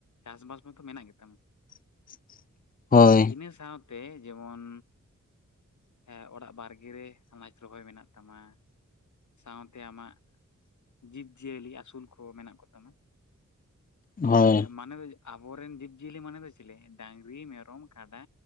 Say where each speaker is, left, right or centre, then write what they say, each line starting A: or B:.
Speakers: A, on the left (about 75°); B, on the left (about 30°).
A: ᱪᱟᱥᱵᱟᱥ ᱢᱟᱛᱚ ᱢᱮᱱᱟᱜ ᱜᱮᱛᱟᱢᱟ,
B: <inaudible> ᱦᱳᱭ
A: ᱤᱱᱟᱹ ᱥᱟᱶᱛᱮ ᱡᱮᱢᱚᱱ ᱦᱮᱸ ᱚᱲᱟᱜ ᱵᱟᱨᱜᱮ ᱨᱮ ᱟᱱᱟᱡ ᱨᱚᱦᱚᱭ ᱢᱮᱱᱟᱜ ᱛᱟᱢᱟ ᱥᱟᱶᱛᱮ ᱟᱢᱟᱜ ᱡᱤᱵᱽ ᱡᱤᱭᱟᱹᱞᱤ ᱟᱹᱥᱩᱞ ᱠᱚ ᱢᱮᱱᱟᱜ ᱠᱚᱛᱟᱢᱟ᱾
B: ᱦᱳᱭ
A: ᱮᱸᱻ ᱢᱟᱱᱚ ᱫᱚ ᱡᱮ ᱟᱵᱚᱨᱮᱱ ᱡᱤᱵᱽ ᱡᱤᱭᱟᱹᱞᱤ ᱢᱟᱱᱮ ᱫᱚ ᱪᱤᱞᱮ? ᱰᱟᱝᱨᱤ, ᱢᱮᱨᱚᱢ, ᱠᱟᱰᱟ,